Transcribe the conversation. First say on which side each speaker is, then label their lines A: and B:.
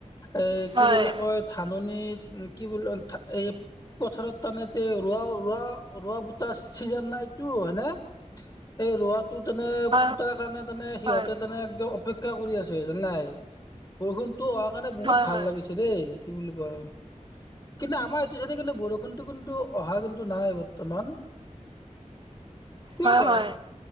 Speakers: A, on the left; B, on the right.
A: এ, কি
B: হয়
A: বুলি কয় ধাননিত কি বুলি এ, পথাৰত তানে ৰোৱা, ৰোৱা, ৰোৱা, বটা চিজন না এইটো হয়নে। এই ৰোৱাতটো তেনে
B: হয়
A: পুতাৰ কাৰণে তেনে, সিহঁতে
B: হয়
A: তেনে, একদম অপেক্ষা কৰি আছে। জানাই, বৰষুণটোো অহাৰ কাৰণে বহুত
B: হয়
A: ভাল
B: হয়
A: লাগিছে দেই। কি বুলি কয, কিন্তু আমাৰ এইটো চাইছে, কিন্তু বৰষুণতটো কিন্তু। অহা কিন্তু নাই বৰ্তমান কিয়
B: হয়
A: বা।
B: হয়